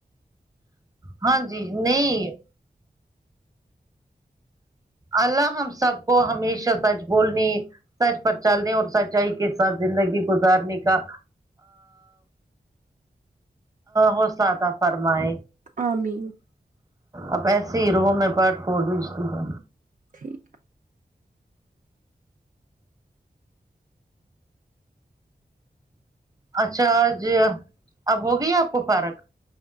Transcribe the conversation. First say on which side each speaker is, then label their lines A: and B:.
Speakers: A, on the right; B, on the right.
A: ہاں جی نہیں اللہ ہم سب کو ہمیشہ سچ بولنے سچ پر چلنے اور سچائی کے ساتھ زندگی گزارنے کا حوصلہ عطا فرمائے
B: آمین
A: اپ ایسے ہی رہو میں پارٹ فور بھیجتی ہو
B: ٹھیک ہے
A: اچھا آ ج اب ہوگی آپ کو فارق